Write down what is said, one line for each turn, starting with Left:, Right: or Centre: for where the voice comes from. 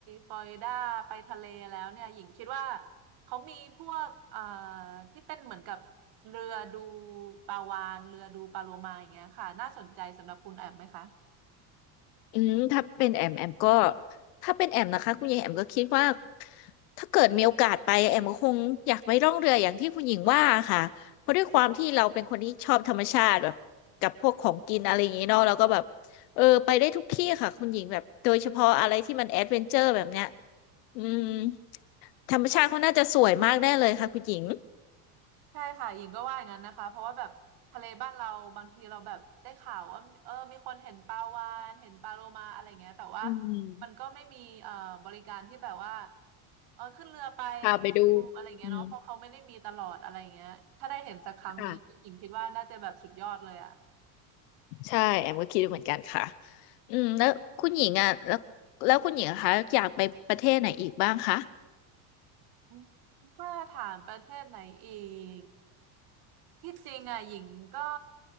Right: ฟลอริดาไปทะเลแล้วเนี่ยหญิงคิดว่าเขามีพวกเอ่อที่เป็นเหมือนกับเรือดูปลาวาฬเรือดูปลาโลมาอย่างเงี้ยค่ะน่าสนใจสำหรับคุณแอมไหมคะ
Left: อืมถ้าเป็นแอมแอมก็ถ้าเป็นแอมนะคะคุณหญิงแอมก็คิดว่าถ้าเกิดมีโอกาสไปแอมก็คงอยากไปล่องเรืออย่างที่คุณหญิงว่าค่ะเพราะด้วยความที่เราเป็นคนที่ชอบธรรมชาติแบบกับพวกของกินอะไรอย่างนี้เนาะเราก็แบบเออไปได้ทุกที่ค่ะคุณหญิงแบบโดยเฉพาะอะไรที่มันแอดเวนเจอร์แบบเนี้ยอืมธรรมชาติเขาน่าจะสวยมากแน่เลยค่ะคุณหญิง
Right: ใช่ค่ะหญิงก็ว่าอย่างนั้นนะคะเพราะว่าแบบทะเลบ้านเราบางทีเราแบบได้ข่าวว่าเออมีคนเห็นปลาวาฬเห็นปลาโลมาอะไรเงี้ยแต่ว่า
Left: อืม
Right: มันก็ไม่มีเอ่อบริการที่แบบว่าเออขึ้นเรือไป
Left: พาไปดู
Right: ดูอะไรเงี้ยเนาะเพราะเขาไม่ได้มีตลอดอะไรเงี้ยถ้าได้เห็นสักครั้งนี้หญิงคิดว่าน่าจะแบบสุดยอดเลยอะ
Left: อืมค่ะ ใช่แอมก็คิดเหมือนกันค่ะ อืมแล้วคุณหญิงอ่ะแล้วแล้วคุณหญิงอะคะอยากไปประเทศไหนอีกบ้างคะ
Right: อืมถ้าถามประเทศไหนอีกที่จริงอะหญิงก็